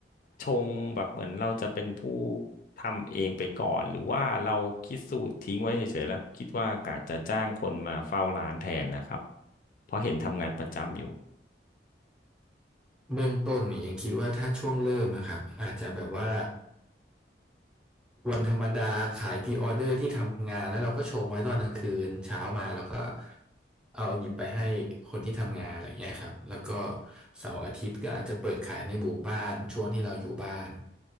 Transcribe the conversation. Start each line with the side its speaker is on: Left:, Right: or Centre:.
Left: ชงแบบเหมือนเราจะเป็นผู้ทำเองไปก่อนหรือว่าเราคิดสูตรทิ้งไว้เฉยๆแล้วคิดว่ากะจะจ้างคนมาเฝ้าร้านแทนนะครับเพราะเห็นทำงานประจำอยู่
Centre: เบื้องต้นเนี่ยยังคิดว่าถ้าช่วงเริ่มอะครับอาจจะแบบว่า วันธรรมดาขายพรีออเดอร์ที่ทำงานแล้วเราก็ชงไว้ตอนกลางคืนเช้ามาเราก็เอาหยิบไปให้คนที่ทำงานอะไรเงี้ยครับแล้วก็เสาร์อาทิตย์ก็อาจจะเปิดขายในหมู่บ้านช่วงที่เราอยู่บ้าน